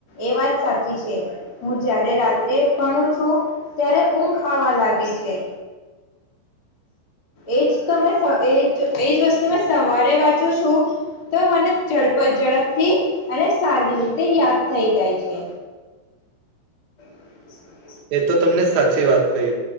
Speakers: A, on the left; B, on the right.
A: એ વાત સાચી છે, હું જયારે રાત્રે ભણું છું ત્યારે ઊંઘ આવા લાગે છે, એ જ તો મે એ જ એ જ વસ્તુ સવારે વાંચું છું, તો મને ડપ ઝડપથી અને સારી રીતે યાદ થઈ જાય છે. બ <unintelligible>
B: એ તો તમને સાચી વાત કહી,